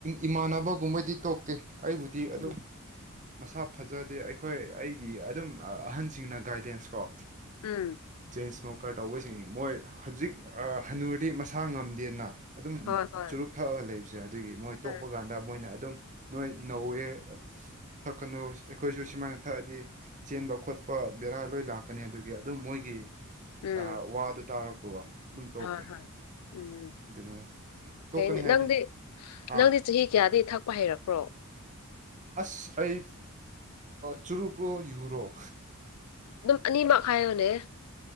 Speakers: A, on the right; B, on the left.
A: ꯏꯃꯥꯟꯅꯕꯒꯨꯝꯕꯗꯤ ꯇꯣꯛꯇꯦ ꯑꯩꯕꯨꯗꯤ
B: ꯎꯝ
A: ꯑꯗꯨꯝ ꯃꯁꯥ ꯐꯖꯗꯦ ꯑꯩꯈꯣꯏ ꯑꯩꯒꯤ ꯑꯗꯨꯝ ꯑꯍꯟꯁꯤꯡꯅ ꯒꯥꯏꯗꯦꯟꯁ ꯀꯣ
B: ꯎꯝ
A: ꯆꯦꯟ ꯏꯁꯃꯣꯀꯔ ꯇꯧꯕꯁꯤꯡ ꯃꯣꯏ ꯍꯧꯖꯤꯛ ꯍꯟꯅꯨꯔꯗꯤ ꯃꯁꯥ ꯉꯝꯗꯦꯅ ꯑꯗꯨꯝ
B: ꯍꯣꯏ ꯍꯣꯏ
A: ꯆꯨꯔꯨꯞ ꯊꯛꯑꯒ ꯂꯩꯕꯁꯦ ꯑꯗꯨꯒꯤ ꯃꯣꯏ ꯇꯣꯛꯄ
B: ꯎꯝ
A: ꯀꯥꯟꯗ ꯃꯣꯏꯅ ꯑꯗꯨꯝ ꯅꯣꯏ ꯅꯧꯋꯦ ꯊꯛꯀꯅꯨ ꯑꯩꯈꯣꯏꯁꯨ ꯁꯨꯃꯥꯏꯅ ꯊꯛꯑꯗꯤ ꯆꯦꯟꯕ ꯈꯣꯠꯄ ꯕꯦꯔꯥ ꯂꯣꯏ ꯂꯥꯛꯀꯅꯤ ꯑꯗꯨꯒꯤ ꯑꯗꯨꯝ ꯃꯣꯏꯒꯤ
B: ꯎꯝ
A: ꯑ ꯋꯥ ꯑꯗꯨ ꯇꯔꯛ ꯋꯥ <unintelligible> ꯑꯗꯨꯝ ꯇꯣꯛꯈ꯭ꯔꯦ
B: ꯍꯣꯏ ꯍꯣꯏ ꯎꯝ
A: ꯑꯗꯨꯅꯤ ꯇꯣꯛꯀꯅꯤ
B: ꯐꯩ
A: ꯍꯥꯏꯗꯤ
B: ꯅꯪꯗꯤ
A: ꯑꯥ
B: ꯅꯪꯗꯤ ꯆꯍꯤ ꯀꯌꯥꯗꯒꯤ ꯊꯛꯄ ꯍꯩꯔꯛꯄ꯭ꯔꯣ
A: ꯑꯁ ꯑꯩ ꯆꯨꯔꯨꯞꯂ‌ꯣ ꯌꯨꯔ‌ꯣ
B: ꯑꯗꯨꯝ ꯑꯅꯤꯃꯛ ꯍꯥꯏꯌꯣꯅꯦ